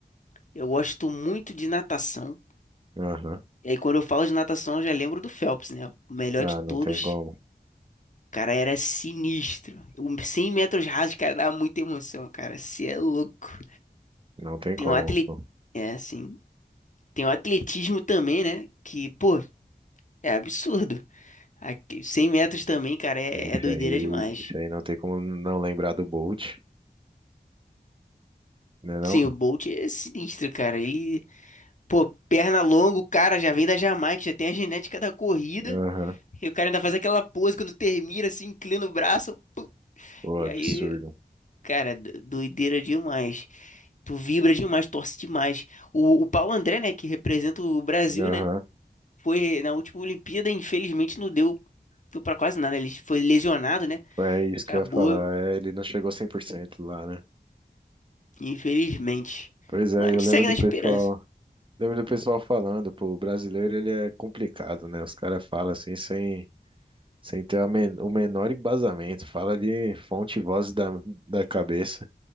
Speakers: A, on the left (about 50°); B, on the right (about 30°).
A: Eu gosto muito de natação.
B: aham.
A: E aí, quando eu falo de natação, eu já lembro do Phelps, né? O melhor
B: Ah,
A: de
B: não
A: todos.
B: tem como.
A: Cara, era sinistro. O 100 metros rasos, cara, dava muita emoção, cara. Você é louco.
B: Não tem
A: Tem
B: como,
A: um atleta.
B: pô.
A: É, assim. Tem o atletismo também, né? Que, pô, é absurdo. Aqui, 100 metros também, cara, é, é
B: Isso
A: doideira
B: aí,
A: demais.
B: isso aí não tem como não lembrar do Bolt, né não?
A: Sim, o Bolt é sinistro, cara. Ele, pô, perna longa, o cara já vem da Jamaica, já tem a genética da corrida.
B: Aham.
A: E o cara ainda faz aquela pose quando termina, assim, inclina o braço. pum.
B: Pô,
A: E
B: absurdo.
A: aí, cara, do- doideira demais. Tu vibra demais, torce demais. O, o Paulo André, né, que representa o Brasil,
B: Aham.
A: né? Foi na última Olimpíada, infelizmente não deu, deu pra quase nada. Ele foi lesionado, né?
B: Foi isso
A: Acabou,
B: que eu ia falar. É, ele não chegou 100% lá, né?
A: infelizmente.
B: Pois é,
A: Mas a gente
B: eu lembro
A: segue
B: do
A: na
B: pessoal,
A: esperança.
B: lembro do pessoal falando, pô, o brasileiro ele é complicado, né? Os caras falam assim sem, sem ter a men- o menor embasamento, fala de fonte e voz da, da cabeça.